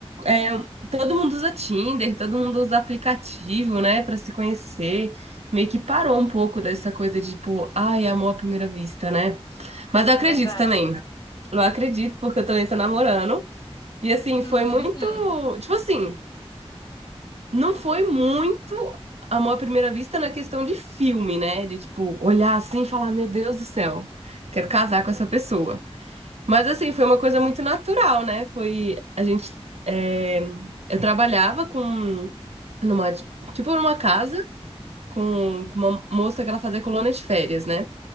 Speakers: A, on the right (about 80°); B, on the left (about 40°).
A: é, todo mundo usa Tinder, todo mundo usa aplicativo, né, Pra se conhecer. Meio que parou um pouco dessa coisa de, tipo, ai, amor à primeira vista, né? Mas eu
B: É
A: acredito
B: Verdade.
A: também. Eu acredito, porque eu também tô namorando. E, assim,
B: Hum,
A: foi muito.
B: hum.
A: Tipo assim, não foi muito amor à primeira vista na questão de filme, né? De, tipo, olhar assim e falar, meu Deus do céu, quero casar com essa pessoa. Mas assim, foi uma coisa muito natural, né? Foi a gente é, eu trabalhava com numa tipo numa casa com, com uma moça que ela fazia colônia de férias, né?